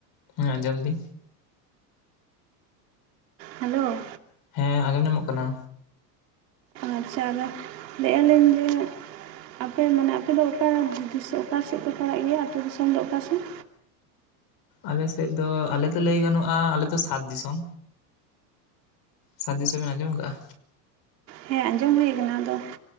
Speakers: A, on the left (about 45°); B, on the right (about 85°).
A: ᱦᱮᱸ ᱟᱸᱡᱚᱢ ᱫᱤᱧ
B: ᱦᱮᱞᱳ
A: ᱦᱮᱸ ᱟᱸᱡᱚᱢ ᱧᱟᱢᱚᱜ ᱠᱟᱱᱟ
B: ᱟᱨᱪᱷᱟ ᱟᱨ ᱞᱟᱹᱭᱮᱫ ᱟᱹᱞᱤᱧ ᱡᱮ ᱟᱯᱮ ᱢᱟᱱᱮ ᱟᱯᱮ ᱫᱚ ᱚᱠᱟ ᱫᱤᱥᱚ ᱚᱠᱟ ᱥᱮᱫ ᱯᱮ ᱯᱟᱲᱟᱜ ᱜᱮᱭᱟ ᱟᱛᱩ ᱫᱤᱥᱚᱢ ᱫᱚ ᱚᱠᱟ ᱥᱮᱫ?
A: ᱟᱞᱮᱥᱮᱫ ᱫᱚ ᱟᱞᱮ ᱫᱚ ᱞᱟᱹᱭ ᱜᱟᱱᱚᱜᱼᱟ ᱟᱞᱮᱫᱚ ᱥᱟᱛ ᱫᱤᱥᱚᱢ ᱥᱟᱫ ᱫᱤᱥᱚᱢ ᱵᱮᱱ ᱟᱸᱡᱚᱢ ᱟᱠᱟᱜᱼᱟ
B: ᱦᱮᱸ ᱟᱸᱡᱚᱢ ᱦᱩᱭ ᱟᱠᱟᱱᱟ ᱟᱫᱚ